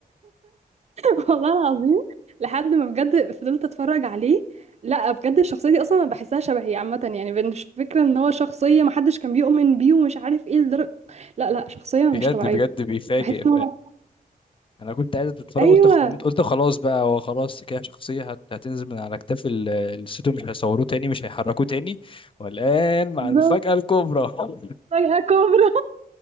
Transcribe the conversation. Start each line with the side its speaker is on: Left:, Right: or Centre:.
Right: <laughs> والله العظيم لحد ما بجد فضلت اتفرج عليه لا بجد الشخصيه دي اصلا انا بحسها شبهي عامه يعني مش فكره ان هو شخصيه محدش كان بيؤمن بيه ومش عارف ايه لدرجه لا لا شخصيه
Left: بجد
Right: مش طبيعيه
Left: بجد بيفاجئ
Right: بحس ان هو
Left: انا كنت قاعد اتفرج
Right: ايوه
Left: قلت قمت- قلت خلاص بقى هو خلاص كده شخصيه هت- هتنزل من على كتاف ال- الستو مش هيصوروه تاني مش هيحركوه تاني والان مع
Right: بالظبط
Left: المفاجاه الكبرى <laughs>
Right: فجأة كوبرا